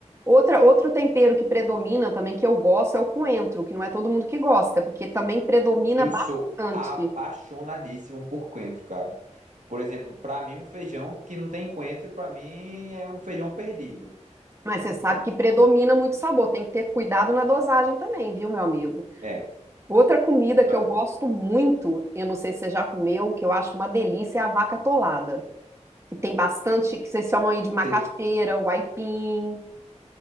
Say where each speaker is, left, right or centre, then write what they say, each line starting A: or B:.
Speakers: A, on the right (about 20°); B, on the right (about 90°).
A: Outra, outro tempero que predomina também, que eu gosto, é o coentro, que não é todo mundo que gosta, porque também predomina
B: Eu
A: bastante.
B: sou apaixonadíssimo por coentro, cara. Por exemplo, para mim, um feijão que não tem coentro, para mim é um feijão perdido.
A: Mas você sabe que predomina muito sabor, tem que ter cuidado na dosagem também, viu, meu amigo?
B: É,
A: Outra comida
B: pra
A: que eu gosto muito, eu não sei se você já comeu, que eu acho uma delícia, é a vaca atolada, que tem bastante, que vocês chamam aí de macaxeira,
B: ter-
A: o aipim,